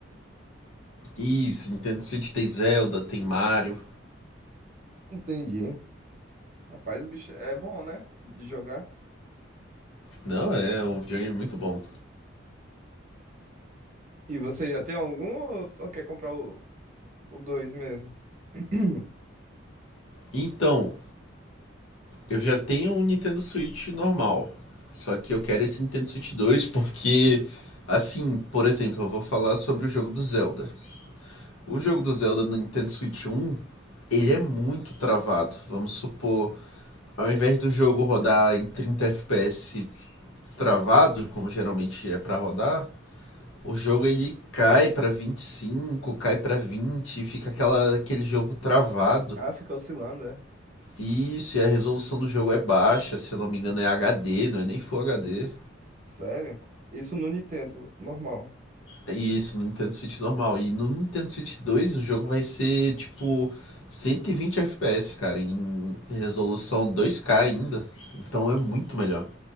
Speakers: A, on the left; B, on the right.
A: Isso, Nintendo Switch tem Zelda, tem Mario.
B: Entendi. Rapaz, o bicho é bom, né? De jogar.
A: Não, é um videogame muito bom.
B: E você já tem algum ou só quer comprar o, o 2 mesmo? <clears throat>
A: Então, Eu já tenho um Nintendo Switch normal. Só que eu quero esse Nintendo Switch 2 porque, assim, por exemplo, eu vou falar sobre o jogo do Zelda. O jogo do Zelda no Nintendo Switch 1, ele é muito travado. Vamos supor, ao invés do jogo rodar em 30 FPS travado, como geralmente é para rodar, o jogo ele cai para 25, cai para 20, fica aquela, aquele jogo travado.
B: Ah, fica oscilando, é?
A: Isso, e a resolução do jogo é baixa, se eu não me engano é HD, não é nem Full HD.
B: Sério? Isso no Nintendo, normal.
A: E isso no Nintendo Switch normal. E no Nintendo Switch 2 o jogo vai ser tipo 120 FPS, cara, em resolução 2K ainda. Então é muito melhor.